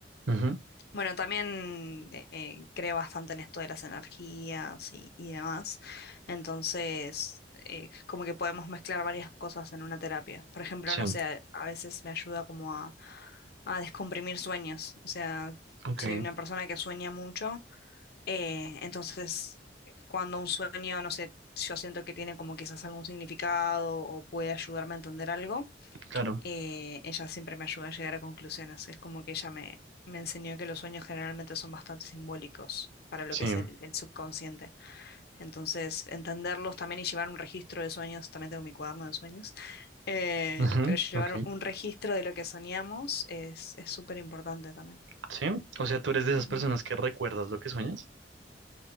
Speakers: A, on the right (about 85°); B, on the left (about 60°).
A: Ujú,
B: Bueno, también eh, creo bastante en esto de las energías y, y demás. Entonces, eh, como que podemos mezclar varias cosas en una terapia. Por ejemplo,
A: Sí,
B: no sé, a veces me ayuda como a, a descomprimir sueños. O sea,
A: ok,
B: soy una persona que sueña mucho. eh, entonces, eh, cuando un sueño, no sé, yo siento que tiene como quizás algún significado o puede ayudarme a entender algo
A: claro,
B: eh, ella siempre me ayuda a llegar a conclusiones. Es como que ella me, me enseñó que los sueños generalmente son bastante simbólicos para lo
A: sí,
B: que es el, el subconsciente. Entonces, entenderlos también y llevar un registro de sueños, también tengo mi cuaderno de sueños, eh,
A: ujú,
B: pero llevar
A: ok,
B: un registro de lo que soñamos es es súper importante también.
A: sí. O sea, tú eres de esas
B: Ujú.
A: personas que recuerdas lo que sueñas.